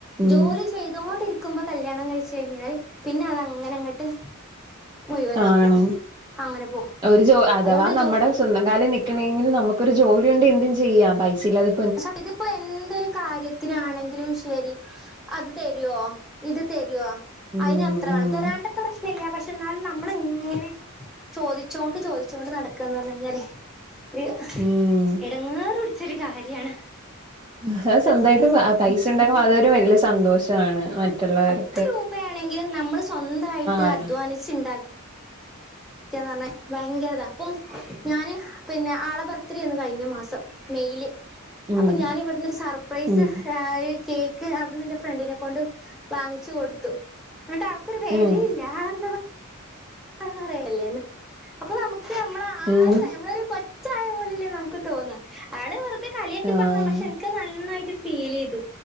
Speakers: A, on the right; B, in the centre.
A: ഉം
B: ജോലി ചെയ്തോണ്ടിരിക്കുമ്പോ കല്യാണം കഴിച്ച് കഴിഞ്ഞാല് പിന്നെ അത് അങ്ങനെ അങ്ങട്ട് മുയുവനാക്കും
A: ആണ്
B: അങ്ങനെ പോ
A: ഒരു ജോ അഥവാ
B: അതുകൊണ്ട്
A: നമ്മുടെ
B: ജോ
A: സ്വന്തം കാലേൽ നിക്കണങ്കിൽ നമുക്ക് ഒരു ജോലി ഒണ്ടേ എന്തും ചെയ്യാം പൈസയില്ലാതെ
B: സത്യത്തി ഇപ്പോ എന്തൊരു കാര്യത്തിന് ആണെങ്കിലും ശരി അത് തരുവോ ഇത് തരുവോ
A: ഉം
B: അതിന് അത്ര വേണം
A: ഉം
B: തരാണ്ടത്ര പ്രശ്ന ഇല്ല പക്ഷ പക്ഷെ എന്നാലും നമ്മള് ഇങ്ങനെ ചോദിച്ചോണ്ട് ചോദിച്ചോണ്ട് നടക്ക എന്ന് പറഞ്ഞ് കഴിഞ്ഞാലേ ഇത് ഹ്
A: ഉം
B: ഇടങ്ങേറ് പിടിച്ചൊരു കാര്യാണ്
A: ഹ് സ്വന്തയിട്ട്
B: സത്
A: പൈസ ഉണ്ടാകുമ്പോ അതൊരു വലിയ സന്തോഷാണ് മറ്റുള്ളവര്
B: ത്ത് രൂപയാണെങ്കിലും നമ്മള് സ്വന്തമായിട്ട്
A: ആണ്
B: അധ്വാനിച്ചുണ്ടാക്ക ഇക്ക എന്ന് പറഞ്ഞ ഭയങ്കരതാ അപ്പം ഞാന് പിന്നെ ആളെ ബർത്ത്ഡേന്ന് കയിഞ്ഞ മാസം മെയില്
A: ഉം
B: അപ്പൊ ഞാന് ഇവിടുന്ന് ഒരു സർപ്രൈസ്
A: ഉം
B: ഴാഴി കേക്ക് അതും എന്റെ ഫ്രണ്ടിനെ കൊണ്ട് വാങ്ങിച്ചു കൊടുത്തു എന്നിട്ട് ആൾക്കൊരു വെല
A: ഉം
B: ഇല്ല ആളെന്താ പ തോർന്ന് പറയല്ലേന്ന് അപ്പൊ നമുക്ക് നമ്മള
A: ഏഹ്
B: ഒരു കൊച്ച് ആയ പോലല്ലേ നമുക്ക് തോന്ന ആള് വെറുതെ കളിയാക്കി
A: ആഹ്
B: പറഞ്ഞത് ആണ് പക്ഷെ എനക്ക് ട്ട് നന്നായിട്ട് ഫീൽ ചെയ്തു